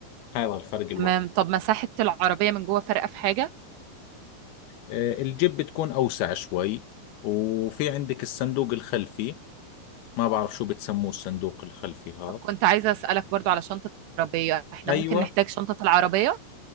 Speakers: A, on the left; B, on the right.
A: هذا الفرق الوحيد
B: تمام طب مساحه العربيه من جوه فارقه في حاجه
A: آه الجيب بتكون اوسع شوي وفي عندك الصندوق الخلفي ما بعرف شو بتسموه الصندوق الخلفي هذا
B: كنت عايزه اسالك برضو على شنطه العربيه احنا
A: ايوه
B: ممكن نحتاج شنطه العربيه